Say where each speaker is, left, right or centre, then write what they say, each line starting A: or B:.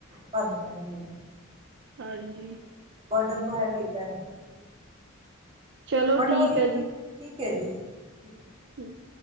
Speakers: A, on the right (about 30°); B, on the right (about 55°).
A: ਭਰਨੀ ਪੈਂਦੀ ਹੈਗੀ।
B: ਹਾਂਜੀ
A: ਬਰਡਨ ਤੋ ਹੈਗਾ ਹੀ ਪੇਰੈਂਟਸ ਲਈ
B: ਚਲੋ
A: ਬਟ ਉਹੀ
B: ਹੈ
A: ਨਾ ਠੀਕ। ਠੀਕ ਹੈ ਜੀ। ਠੀਕ ਹੈ।
B: ਹਮ